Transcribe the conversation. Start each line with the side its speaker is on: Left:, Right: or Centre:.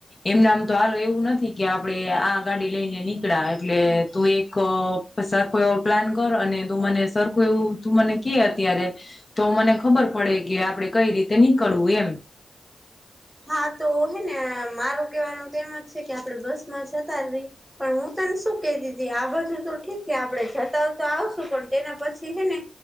Left: એમનામ તો હાલ એવું નથી કે આપડે આ ગાડી લઈને નીકળા એટલે તું એક પર સરખું એવો પ્લાન કરો અને તું મને સરખું એવું તું મને કે અત્યારે. તો મને ખબર પડે કે આપડે કઈ રીતે નીકળવું એમ.
Centre: હા તો હે ને મારું કેવાનું તો એમ જ છે કે આપડે બસ માં જતા રહી. પણ હું તને શું કે તી તી આ બધું તો ઠીક છે આપડે જતા હો તો આવશું પણ તેના પછી હે ને